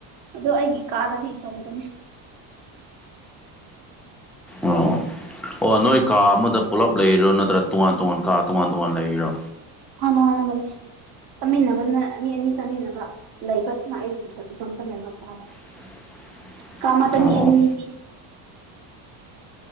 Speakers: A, on the right; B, in the centre.
A: ꯑꯗ ꯑꯩꯒꯤ ꯀꯥꯗꯗꯤ ꯏꯇꯣꯝꯗꯅꯤ
B: ꯑꯣ ꯑꯣ ꯅꯣꯏ ꯀꯥ ꯑꯃꯗ ꯄꯨꯂꯞ ꯂꯩꯔꯤꯔꯣ ꯅꯠꯇ꯭ꯔꯒ ꯇꯣꯉꯥꯟ ꯇꯣꯉꯥꯟ ꯀꯥ ꯇꯣꯉꯥꯟ ꯇꯣꯉꯥꯟ ꯂꯩꯔꯤꯔꯣ꯫
A: ꯍꯅ ꯂꯩ꯫ ꯆꯥꯃꯤꯟꯅꯕꯅ ꯃꯤ ꯑꯅꯤ ꯆꯥꯃꯤꯟꯅꯕ ꯂꯩꯕꯁꯤꯅ ꯑꯩ ꯏꯇꯣꯝꯇ ꯂꯩꯕ ꯀꯥꯗ꯫
B: <inaudible>
A: ꯀ ꯑꯃꯗ
B: ꯑꯣ
A: ꯃꯤ ꯑꯅꯤꯒꯤ꯫
B: ꯑꯣ